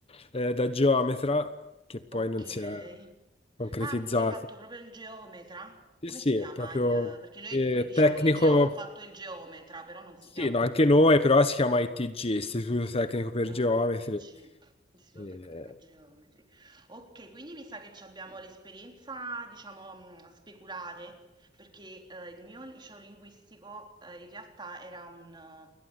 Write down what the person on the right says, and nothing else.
okay.
Ah, quindi hai fatto proprio il geometra?
Come
si chiama
il perché noi
qui diciamo
il geo ho fatto il geometra, però non si
chiama
così.
Ah,
ITG, Istituto
Tecnico per Geometri. Ok, quindi mi sa che ci abbiamo l'esperienza, diciamo, mh, speculare, perché eh, il mio liceo linguistico eh, in realtà era un, eh,